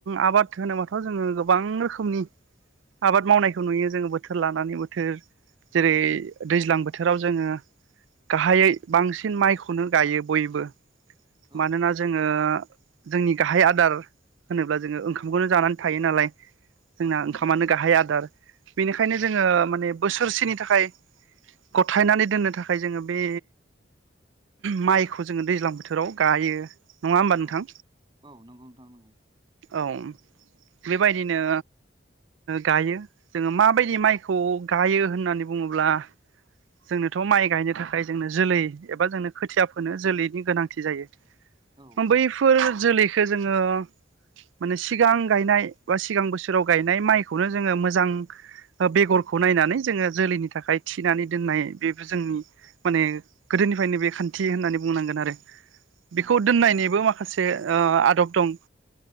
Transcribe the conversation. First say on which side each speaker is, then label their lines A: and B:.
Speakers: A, on the right (about 80°); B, on the right (about 25°).
A: आबाद होनोबाथ' जोङो गोबां रोखोमनि आबाद मावनायखौ नुयो जोङो बोथोर लानानै बोथोर जेरै दैज्लां बोथोराव जोङो गाहायै बांसिन माइखौनो गायो बयबो
B: औ
A: मानोना जोङो जोंनि गाहाय आदार होनोब्ला जोङो ओंखामखौनो जानानै थायो नालाय जोंना
B: औ नंगौ
A: ओंखामानो
B: नंगौ
A: गाहाय आदार बेनिखायनो
B: औ
A: जोङो माने बोसोरसेनि थाखाय गथायनानै दोननो थाखाय जोङो बे माइखौ जोङो दैज्लां बोथोराव गायो नङा होमबा
B: औ
A: नोंथां?
B: औ नंगौ नोंथां नंगौ
A: औ बेबायदिनो गायो जोङो माबायदि माइखौ गायो होननानै बुङोब्ला जोंनोथ' माइ गायनो थाखाय जोंनो जोलै एबा जोंनो खोथिया फोनो जोलैनि गोनांथि जायो।
B: औ।
A: बैफोर जोलैखो जोङो माने सिगां गायनाय बा सिगां बोसोराव गायनाय माइखौनो जोङो मोजां बेगरखौ नायनानै जोङो जोलैनि थाखाय थिनानै दोननाय बेबो जोंनि माने गोदोनिफ्रायनो बे खान्थि होननानै बुंनांगोन आरो
B: औ
A: बेखौ दोननायनिबो माखासे आदब दं।